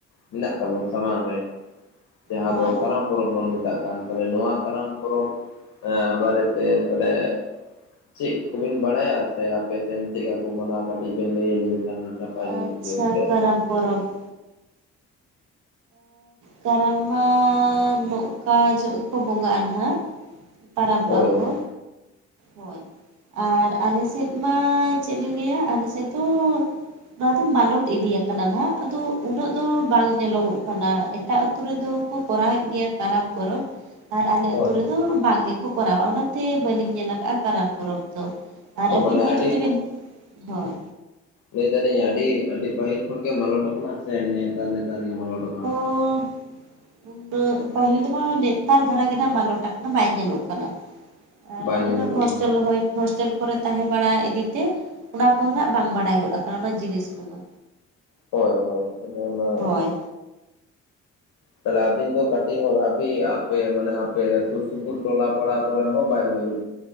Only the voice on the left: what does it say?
ᱢᱮᱱᱟᱜ ᱛᱟᱵᱚᱱ ᱥᱟᱢᱟᱝ ᱨᱮ ᱡᱟᱦᱟᱸ
ᱫᱚ ᱥᱟᱱᱟᱢ ᱯᱚᱨᱚᱵ ᱵᱚᱱ ᱢᱮᱛᱟᱜ ᱠᱟᱱ ᱛᱟᱦᱮ ᱱᱚᱣᱟ ᱠᱟᱨᱟᱢ ᱯᱚᱨᱚᱵᱽ ᱵᱟᱨᱮᱛᱮ ᱛᱟᱦᱚᱞᱮ ᱪᱮᱫ ᱠᱚᱵᱮᱱ ᱵᱟᱲᱟᱭᱟ ᱥᱮ ᱟᱯᱮᱥᱮᱱ ᱪᱮᱫ ᱞᱮᱠᱟ ᱠᱚ ᱢᱟᱱᱟᱣᱟ ᱠᱟᱹᱴᱤᱡ ᱵᱮᱱ ᱞᱟᱹᱭᱟᱞᱤᱧ ᱠᱷᱟᱱ ᱦᱩᱸᱱᱟᱯᱟᱭ
ᱞᱤᱧ ᱵᱩᱡᱷᱟᱹᱣ ᱠᱮᱫ
ᱦᱳᱭ
ᱦᱳᱭ
ᱦᱳᱭ
ᱚ
ᱢᱟᱱᱮ
ᱟᱹᱰᱤ
ᱞᱟᱹᱭ ᱫᱟᱞᱤᱧ ᱟᱹᱰᱤ ᱟᱹᱰᱤ ᱯᱟᱹᱦᱤᱞ ᱠᱷᱚᱱ ᱜᱮ ᱢᱟᱞᱚᱴ ᱠᱟᱱᱟ ᱥᱮ ᱱᱮᱛᱟᱨ ᱱᱮᱛᱟᱨ ᱜᱮ ᱢᱟᱞᱚᱴ ᱟᱠᱟᱱᱟ
ᱵᱟᱭ
ᱧᱮᱞᱚᱜ
ᱠᱟᱱᱟ ᱵᱟᱝ
ᱦᱳᱭ ᱦᱳᱭ ᱟᱞᱮ ᱢᱟ
ᱛᱟᱦᱞᱮ ᱟᱹᱵᱤᱱ ᱫᱚ ᱠᱟᱹᱴᱤᱡ ᱵᱤᱱ ᱟᱯᱮ ᱢᱟᱱᱮ ᱟᱯᱮ ᱥᱩᱨ ᱥᱩᱯᱩᱨ ᱴᱚᱞᱟ ᱯᱟᱲᱟ ᱠᱚᱨᱮ ᱦᱚᱸ ᱵᱟᱭ ᱦᱩᱭᱩᱜ